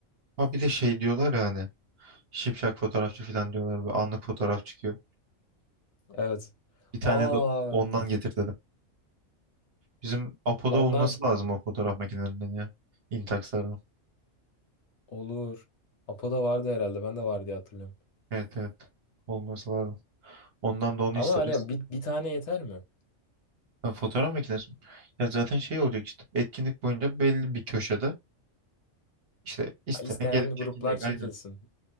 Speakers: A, on the right (about 55°); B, on the left (about 65°).
A: Ama bir de şey diyorlar ya hani şipşak fotoğrafçı falan diyorlar ve anlık fotoğraf çıkıyor.
B: Evet.
A: Bir tane
B: Aa
A: de ondan getir dedim. Bizim Apo'da
B: onlar
A: olması lazım o fotoğraf makinelerinden ya. Intax'ların.
B: olur. Apo'da vardı herhalde. Ben de var diye hatırlıyorum.
A: Evet evet. Olması lazım. Ondan da onu
B: Ama
A: isteriz.
B: hani bir, bir tane yeter mi?
A: Ha, fotoğraf makinesi. mi? Ya zaten şey olacak işte. Etkinlik boyunca belli bir köşede işte isteyen
B: Ha, isteyen
A: gelip çekinecek.
B: gruplar çekilsin.
A: Aynen.